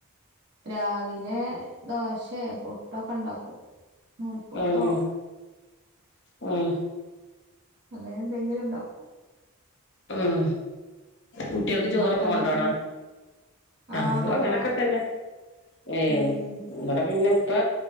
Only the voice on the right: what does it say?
രാവിലെ ദോശയോ പുട്ടൊക്കെ ഉണ്ടാക്കും. നൂൽപ്പുട്ടോ
അങ്ങനെ എന്തെങ്കിലും ഉണ്ടാക്കും.
ഇങ്ങളെത്താ
ഇണ്ടാക്കല്
ആഹ് കൊണ്ടോണം
ഉം